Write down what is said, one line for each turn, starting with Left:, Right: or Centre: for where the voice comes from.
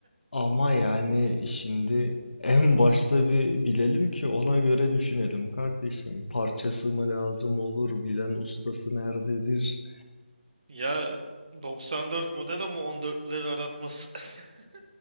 Left: Ama yani şimdi en başta bir bilelim ki ona göre düşünelim kardeşim. Parçası mı lazım olur, bilen ustası nerededir?
Right: Ya 94 model ama 14'leri aratmaz. <laughs>